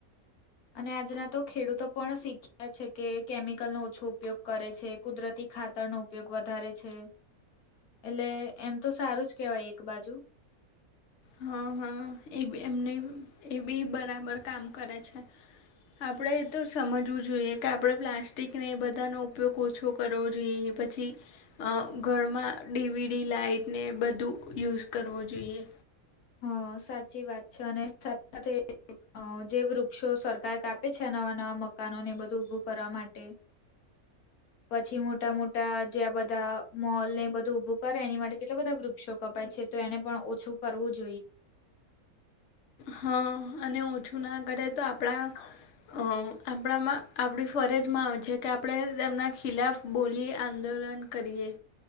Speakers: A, on the left; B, on the left.
A: અને આજના તો ખેડૂતો પણ શીખ્યા છે કે કેમિકલનોો ઓછો ઉપયોગ કરે છે કુદરતી ખાતરનો ઉપયોગ વધારે છે. એટલે એમ તો સારું જ કેવાય એક બાજુ
B: હા હા એ બી એમને એ બી બરાબર કામ કરે છે. આપણે એ તો સમજવું જોઈએ કે આપણે પ્લાસ્ટિકને એ બધાનો ઉપયોગ ઓછો કરવો જોઈએ પછી ઘરમાં ડીવીડી લાાઈટને બધું યુઝ કરવો જોઈએ
A: હ સાચી વાત છે અને સાથે સાથે જે વૃક્ષો સરકાર કાપે છે નવા નવા મકાનો ને બધું ઉભું કરવા માટે પછી મો મોટા મોટા જે આ બધા મોલ ને એ બધું ઉભું કરે એની માટે કેટલા બધા વૃક્ષો કપાય છે તો એને પણ ઓછું કરવું જો
B: હા અને ઓછું ના કરે તો આપણા અ આપણામાં આપણી ફરજમાં આવે છે કે આપણે તેમના ખિલાફ બોલીએ આંદોલન કરીએ